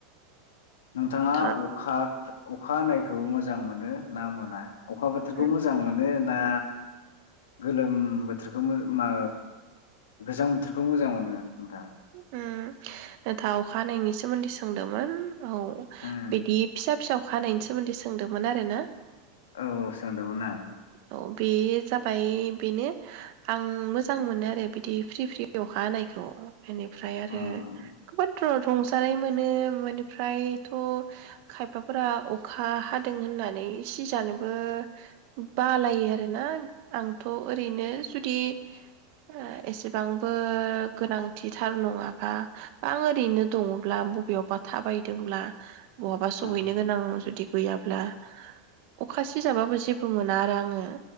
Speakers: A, on the left (about 75°); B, on the right (about 55°).
A: नोंथाङा
B: था
A: अखा अखा हानायखौ मोजां मोनो ना मोना? अखा बोथोरखौ
B: उम
A: मोजां मोनो दा गोलोम बोथोरखौ मो गोजां बोथोरखौ मोजां मोनो नोंथांआ?
B: उम नोंथा अखा हानायनि सोमोन्दै सोंदोंमोन। औ
A: उम
B: बिदि फिसा फिसा अखा हानायनि सोमोन्दै सोंदोंमोन आरो ना।
A: औ सोंदोंमोन आं।
B: औ बे जाबाय बेनो आं मोजां मोनो आरो बिदि फ्रि फ्रि अखा हानायखौ। बेनिफ्राय आरो
A: उम
B: गोबां रंजानाय मोनो बेनिफ्रायथ' खायफाफोरा अखा हादों होननानै सिजानोबो बालाइयो आरोना आंथ' ओरैनो जुदि ओ एसेबांबो गोनां थिथार नङाबा बा आं ओरैनो दङब्ला बबेयावबा थाबायदोंब्ला बहाबा सहैनो
A: उम
B: गोनां जुदि गैयाब्ला अखा सि जाबाबो जेबो मोना आरो आङो